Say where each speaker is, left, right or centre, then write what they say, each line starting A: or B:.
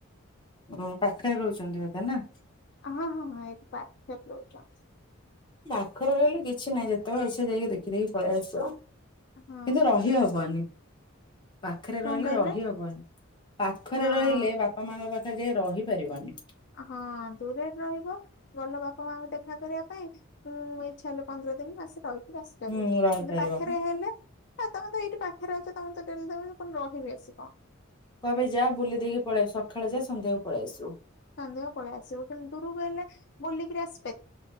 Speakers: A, on the left; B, on the left.
A: ଓ ପାଖରେ ରହୁଛନ୍ତି ବୋଧେ ନା?
B: ହଁ ହଁ ହଁ ଏଇଠି ପାଖରେ ରହୁଛନ୍ତି।
A: ପାଖରେ ରହିଲେ କିଛି ନାଇଁ ଯେତେବେଳେ ଇଛା ଯାଇକି ଦେଖି ଦେଇକି ପଳେଇ ଆସିବ,
B: ହଁ
A: କିନ୍ତୁ ରହିହ ବନି ପାଖରେ
B: କଣ
A: ରହିଲେ
B: କହିଲେ
A: ରହିହବନି। ପାଖରେ
B: ହଁ।
A: ରହିଲେ ବା ବାପା ମାଙ୍କ ପାଖରେ ଯାଇ ରହିପାରିବନି।
B: ହଁ ଦୂରରେ ରହିବ ଗଲ ବାପା ମାଙ୍କୁ ଦେଖା କରିବା ପାଇଁ। ଉଁ ଇଚ୍ଛା ହେଲେ ପନ୍ଦର ଦିନି ମାସେ ରହି କିରି ଆସିପାରିବ
A: ହୁଁ
B: କିନ୍ତୁ
A: ରହିପାରିବ
B: ପାଖରେ ହେଲେ ହଁ ତମେ ତ ଏଇଠି ପାଖରେ ଅଛ। ତମେ ତ ଡେଲି ଦେଖୁଛି ପୁଣି ରହିିବି ଆସି କଣ।
A: କହିବେ ଯା ବୁଲି ଦେଇକି ପଳେଇ ଆସୁ ସକାଳେ ଯା ସନ୍ଧ୍ୟାକୁ ପଳେଇ ଆସୁବୁ।
B: ସନ୍ଧ୍ୟାକୁ ପଳେଇ ଆସିବୁ। କିନ୍ତୁ ଦୂରକୁ ହେଲେ ବୁଲିକିରି ଆସିପାରିବୁ।